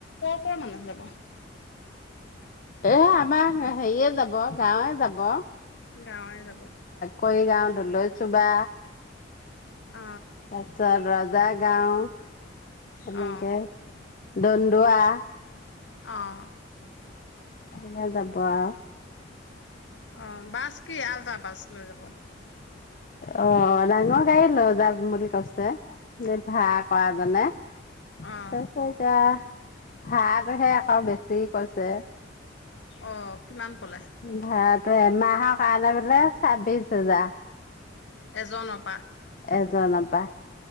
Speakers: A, on the left; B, on the left.
A: কোৱা মানে যাব।
B: এ আমাৰ হেৰিয়ে যাব গাঁৱে যাব।
A: গাঁৱে যাব।
B: কৰি গাওঁ দলদৈ চুবা,
A: অ
B: তাৰপিছত ওজা গাঁও, এনেকে
A: অ
B: দণ্ডোৱা,
A: অ',
B: সেনেকে যাব আৰু।
A: অ' বাছ কি আল্ট্ৰা বাছ লৈ যাব।
B: অ' ডাঙৰ গাড়ী লৈ যাম বুলি কৈছে। ভাৰা কৰা জনে তাৰপিছত
A: অ
B: এতিয়া ভাৰটোহে আকৌ বেছি কৈছে।
A: অ' কিমান কলে
B: ভাৰাট এ মাহ কাৰণে বোলে ছাব্বিশ হাজাৰ।
A: এজনপা
B: এজন পা।